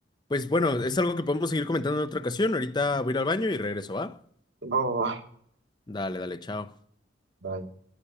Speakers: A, on the left (about 25°); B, on the right (about 80°).
A: Pues bueno, es algo que podemos seguir comentando en otra ocasión. Ahorita voy a ir al baño y regreso, ¿va?
B: Va, va,
A: Dale, dale, chao.
B: va.